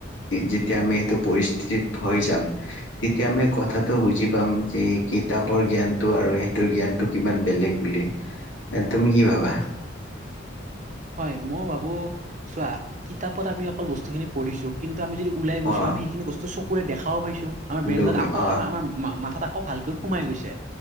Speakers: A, on the left; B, on the right.
A: যেতিয়া আমি এইটো পৰিস্থিতিত হৈ যাম তেতিয়া আমি কথাটো বুজ বুজি পাম যি কিতাপৰ জ্ঞানটো আৰু সেইটোৰ জ্ঞানটো কিমান বেলেগ বুলি তুমি কি ভাবা
B: হয় মই ভাবো চোৱা কিতাপত আমি অকল বস্তুখিনি পঢ়িছো কিন্তু আমি যদি ওলাই গৈছো
A: অ',
B: আম সখিনি বস্তু চকুৰে দেখাও পাইছো আমাৰ ব্ৰেডত
A: দুখ
B: আকৌ
A: অ',
B: আম আমাৰ মা আকৌ ভালকৈ সোমাই গৈছে